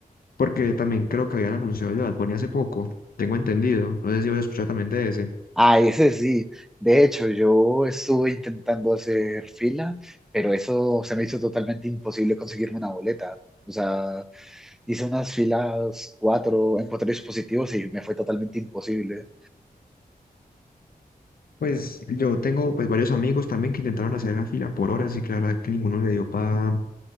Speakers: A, on the left; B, in the centre.
A: porque también creo que habían anunciado el de Bad Bunny hace poco, tengo entendido, no sé si habéis escuchado también de ese.
B: Ah, ese sí, de hecho yo estuve intentando hacer fila, pero eso se me hizo totalmente imposible conseguirme una boleta. O sea, hice unas filas cuatro en cuatro dispositivos y me fue totalmente imposible.
A: Pues yo tengo pues varios amigos también que intentaron hacer la fila por horas y claro que ninguno le dio para